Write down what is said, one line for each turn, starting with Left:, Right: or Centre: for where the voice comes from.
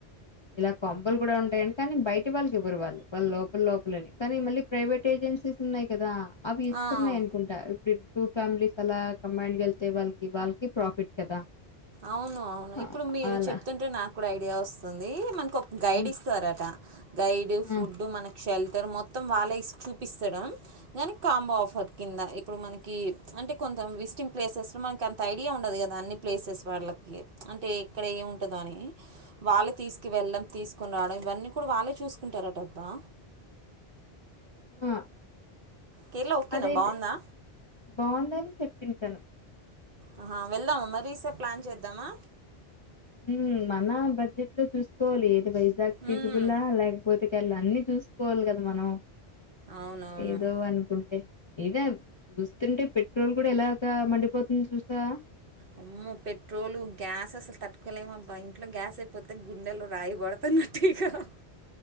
Left: ఇలా కొంబలు కూడా ఉంటాయయండి కానీ బయట వాళ్ళకి ఎవ్వరు వాళ్ళు వాళ్ళ లోపల లోపలే కానీ మళ్ళీ ప్రైవేట్ ఉన్నాయి కదా అవి ఇస్తున్నాయి
Right: ఆ,
Left: అనుకుంటా ఇప్పుడు టూ ఫ్యామిలీస్ అలా కమైండ్ వెళ్తే వాళ్ళకి వాళ్ళకి ప్రాఫిట్ కదా
Right: అవును అవును
Left: ఆ!
Right: ఇప్పుడు మీరు
Left: అలా.
Right: చెప్తుంటే నాకు కూడా ఐడియా వస్తుంది మనకు ఒక గైడ్
Left: హ్మ్.
Right: ఇస్తార దా గైడ్
Left: హ్మ్.
Right: ఫుడ్ మన క్షళ్తారు మొత్తం వాళ్ళ ఇస్ చూపిస్తాడా కానీ కాంబో ఆఫర్ కింద ఇప్పుడు మనకి అంటే కొంత విజిటింగ్ ప్లేసెస్ లో మనకింత ఐడియా ఉండదు కదా అన్ని ప్లేసెస్ వాళ్ళకి అంటే ఇక్కడ ఏమింటందో అని వాళ్ళు తీసుకు వెళ్ళడం తీసుకుని రావడం ఇవన్నీ కూడా వాళ్ళే చూసుకుంటారాటబ్బా
Left: ఆ
Right: కేరళ ఓకేనా
Left: అదైతే
Right: బాగుందా
Left: బాగుందని చెప్పింది తను
Right: ఆహా వెళ్దామా మరీ ఈ సారి ప్లాన్ చేద్దామా
Left: ఉ మన బడ్జెట్ లో చూసుకోవాలి ఇది వైజాగ్ ఫిజిబులా
Right: మ్మ్.
Left: లేకపోతే ఎల్ అన్ని చూసుకోవాలి కదా మనం
Right: అవునవును
Left: ఏదో అనుకుంటే ఇద చూస్తుంటే పెట్రోల్ కూడా ఎలాగా మండిపోతుంది చూసా
Right: ఆమ్మో పెట్రోలు గ్యాస్ అసలు తట్టుకోలేము అబ్బా ఇంట్లో గ్యాస్ అయిపోతే గుండెలు రాయిబడు నన్ను నట్కా ఇగ